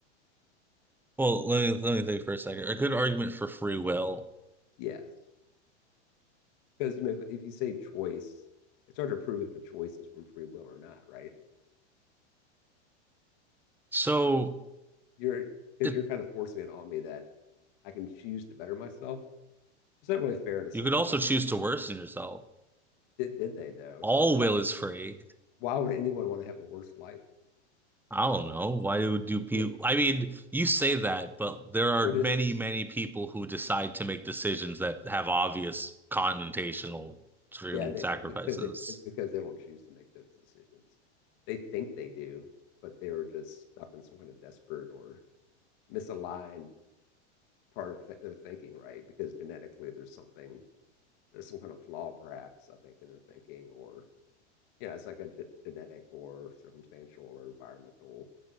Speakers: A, in the centre; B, on the left.
A: Well, let me let me think for a second. A good argument for free will.
B: Yes, because you know, if, if you say choice, it's hard to prove if a choice is from free will or not, right?
A: So
B: You're because
A: it
B: you're kind of forcing it on me that I can choose to better myself. It's not really fair to some
A: you could
B: people,
A: also choose to
B: right?
A: worsen yourself.
B: Did did they though?
A: All
B: Why,
A: will is free.
B: why would anyone want to have a worse life?
A: I don't know. Why do do people
B: Yeah.
A: I mean, you say that, but there are
B: What is
A: many, many people who decide to make decisions that have obvious connotational driven
B: Yeah, they,
A: sacrifices.
B: because it, it's because they don't choose to make those decisions. They think they do, but they were just stuck in some kind of desperate or misaligned part of th- their thinking, right? Because genetically, there's something, there's some kind of flaw, perhaps I think, in their thinking, or yeah, it's like a ge- genetic or circumstantial or environmental